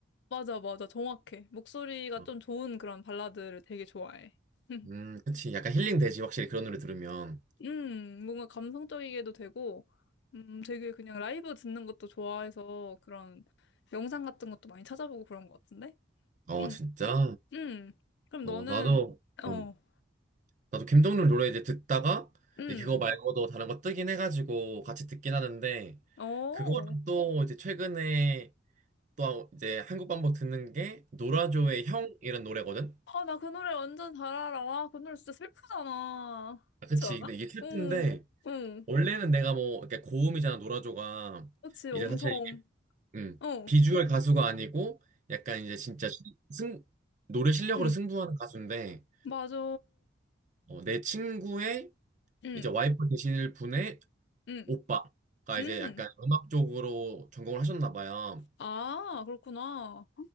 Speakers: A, on the left; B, on the right.
A: 맞아, 맞아. 정확해. 목소리가
B: 어,
A: 좀 좋은 그런 발라드를 되게 좋아해. 응.
B: 음, 그치. 약간 힐링 되지. 확실히 그런 노래 들으면.
A: 음, 뭔가 감성적이게도 되고, 음, 되게 그냥 라이브 듣는 것도 좋아해서 그런 영상 같은 것도 많이 찾아보고 그런 것 같은데?
B: 어,
A: 음,
B: 진짜.
A: 음. 그럼
B: 어,
A: 너는,
B: 나도.
A: 어,
B: 음. 나도 김동률 노래 이제 듣다가
A: 음,
B: 이제 그거 음. 말고도 다른 거 뜨긴 해가지고 같이 듣긴 하는데
A: 어.
B: 그거랑 또 이제 최근에 또 이제 한국 반복 듣는 게 노라조의 형이란 노래거든.
A: 아, 나 그 노래 완전 잘 알아. 와, 그 노래 진짜 슬프잖아.
B: 아, 그치.
A: 그렇지 않아?
B: 근데 이게 슬픈데
A: 응, 응.
B: 원래는 내가 뭐 이렇게 고음이잖아 노라조가
A: 그렇지,
B: 이제
A: 엄청.
B: 사실 음,
A: 어,
B: 비주얼 가수가 아니고 약간 이제 진짜 시- 승 노래 실력으로
A: 응,
B: 승부하는 가수인데
A: 맞아.
B: 어, 내 친구의
A: 응,
B: 이제 와이프 되실 분의
A: 응,
B: 오빠가
A: 응.
B: 이제 약간 음악 쪽으로 전공을 하셨나 봐요.
A: 아, 그렇구나.